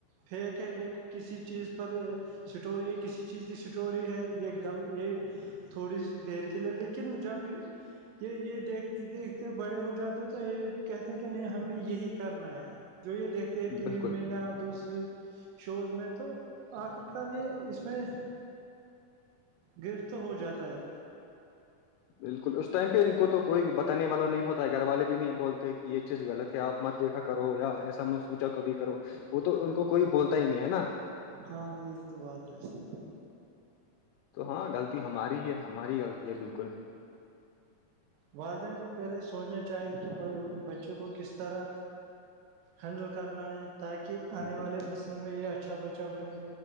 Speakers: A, on the right (about 80°); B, on the left (about 85°).
A: پیک ہے ایک کسی چیز پر اسٹوری یہ کسی چیز کی اسٹوری ہے یہ گل یہ تھوڑی سی دیر کے لیے لیکن جب یہ یہ دیکھ کہ دیکھتے بڑے ہو جاتے تو یہ کہتے کہ نہیں ہمیں یہی کرنا ہے جو یہ دیکھ تھے ٹی
B: بالکل
A: وی میں یا دوسری شوز میں تو آخر کار یہ اس میں گرفت ہو جاتا ہے
B: بالکل اس ٹائم پہ ان کو تو کوئی بتانے والا نہیں ہوتا ہے گھر والے بھی نہیں بولتے یہ چیز غلط ہے آپ مت دیکھا کرو یا ایسا میں چا کبھی کرو وہ تو ان کو کوئی بولتا ہی نہیں ہے نا
A: ہاں یہ تو بات ہے صی
B: تو ہاں غلطی ہماری ہے ہماری غلطی ہے بالکل
A: والدین کو پہلے سوچنا چاہی کہ بچے کو کس طرح ہینڈل کرنا ہے تاکہ آنے والی
B: بالکل
A: نسلوں میں یہ اچھا بچہ بنے